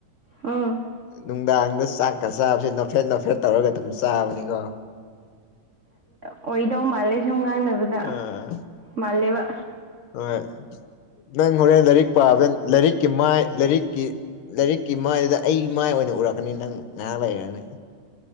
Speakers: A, on the right (about 55°); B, on the left (about 80°).
A: ꯎꯝ
B: ꯅꯨꯡꯗꯥꯡꯗ ꯆꯥꯛ ꯀ ꯆꯥꯕꯁꯦ ꯅꯣꯐꯦꯠ ꯅꯣꯐꯦꯠ ꯇꯧꯔꯒ ꯑꯗꯨꯝ ꯆꯥꯕꯅꯤꯀꯣ
A: ꯑꯣꯏꯗꯧ ꯃꯥꯜꯂꯦ ꯁꯨꯝ ꯉꯥꯡꯅꯕꯗ
B: ꯑꯥ
A: ꯃꯥꯜꯂꯦꯕ
B: ꯍꯣꯏ ꯅꯪ ꯍꯣꯔꯦꯟ ꯂꯥꯏꯔꯤꯛ ꯄꯥꯕꯗ ꯂꯥꯏꯔꯤꯛꯀꯤ ꯃꯥꯏ ꯂꯥꯏꯔꯤꯛꯀꯤ ꯂꯥꯏꯔꯤꯛꯀꯤ ꯃꯥꯏꯗꯨꯗ ꯑꯩ ꯃꯥꯏ ꯑꯣꯏꯅ ꯎꯔꯛꯀꯅꯤ ꯅꯪ ꯉꯥꯏꯍꯥꯛ ꯂꯩꯔꯅꯤ